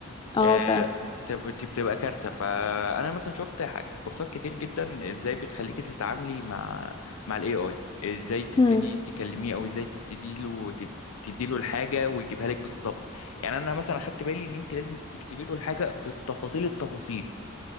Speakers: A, on the left; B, on the left.
A: اه
B: آه،
A: فعلا
B: بتب- بت- بتبقى كارثه فانا مثلا شفت حاج- كورسات كتير جدا ازاي بتخليكي تتعاملي مع مع الاي اي ازاي تبتدي
A: مم.
B: تكلميه او ازاي تبتدي له تدي له الحاجه ويجيبها لك بالظبط يعني انا مثلا اخدت بالي ان انت لازم تكتبي له الحاجه بالتفاصيل التفاصيل